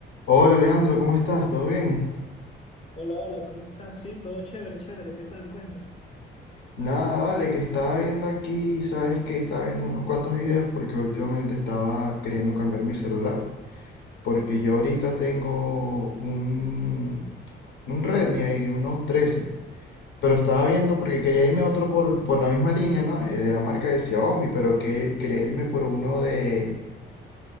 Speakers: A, on the left; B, on the left.
A: Hola Leandro, ¿cómo estás? ¿Todo bien?
B: Hola, hola, ¿cómo estás? Sí, todo chévere, chévere, ¿qué tal? Cuenta.
A: Nada, vale, que estaba viendo aquí, sabes que estaba viendo unos cuantos videos porque últimamente estaba queriendo cambiar mi celular. Porque yo ahorita tengo un, un Redmi ahí, uno trece, Pero estaba viendo porque quería irme a otro por, por la misma línea, ¿no? Eh, De la marca de Xiaomi, pero que quería irme por uno de,